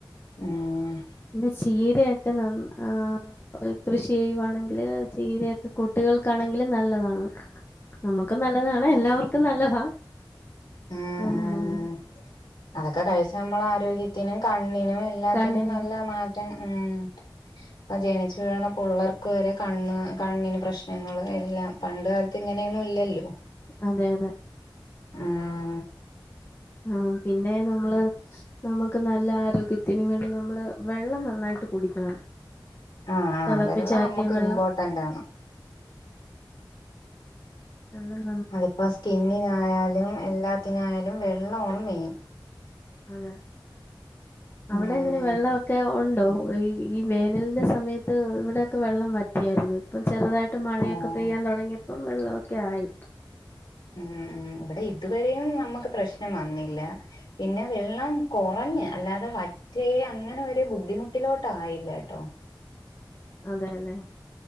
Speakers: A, on the left; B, on the left.
A: ഉം
B: പിന്നെ ചീരെയൊക്കെ നന്ന് ആഹ് ഒര് കൃഷി ചെയ്യുവാണെങ്കില് ചീരയൊക്കെ കുട്ടികൾക്കാണെങ്കിലും നല്ലതാണ്. നമുക്കും നല്ലതാണ് എല്ലാവർക്കും നല്ലതാ
A: ഉം
B: ആഹ്.
A: ഉം അതൊക്കെ കഴിച്ച നമ്മളെ ആരോഗ്യത്തിനും കണ്ണിനും എല്ലാത്തിനും
B: കണ്ണിന്
A: നല്ല മാറ്റം ഉം ഇപ്പം ജനിച്ച് വീണ പിള്ളേർക്ക് വരെ കണ്ണ് കണ്ണിന് പ്രശ്നങ്ങൾ എല്ലാം പണ്ട് കാലത്ത് ഇങ്ങനെയൊന്നും ഇല്ലല്ലോ
B: അതെ അതെ
A: ഉം
B: ഉം പിന്നെ നമ്മള് നമുക്ക് നല്ല ആരോഗ്യത്തിന് വേണ്ടി നമ്മള് വെള്ളം നന്നായിട്ട് കുടിക്കണം
A: ആഹ് ആഹ്
B: തെളപ്പിചാറ്റിയ
A: വെള്ളം നമ്മുക്ക്
B: വെള്ളം
A: ഇമ്പോർട്ടന്റ് ആണ്
B: എന്താണ്
A: അതിപ്പൊ സ്കിന്നിനായാലും എല്ലാത്തിനായാലും വെള്ളമാണ് മെയിൻ
B: ആണ് അവിടെ
A: ഉം
B: എങ്ങനെ വെള്ളവൊക്കെ? ഒണ്ടോ ഈ വേനലിന്റെ സമയത്ത് ഇവിടെയൊക്കെ വെള്ളം വറ്റിയാരുന്നു ഇപ്പം ചെറുതായിട്ട് മഴയൊക്കെ
A: ഓഹ്
B: പെയ്യാൻ തൊടങ്ങിയപ്പം വെള്ളവൊക്കെ ആയി
A: ഉം ഉം ഇവിടെ ഇതുവരെയും നമ്മുക്ക് പ്രശ്നം വന്നില്ല പിന്നെ വെള്ളം കൊറഞ്ഞ് അല്ലാതെ വറ്റ് റ്റെ അങ്ങനെ ഒരു ബുദ്ധിമുട്ടിലോട്ടായില്ല ട്ടോ
B: അതെ ലേ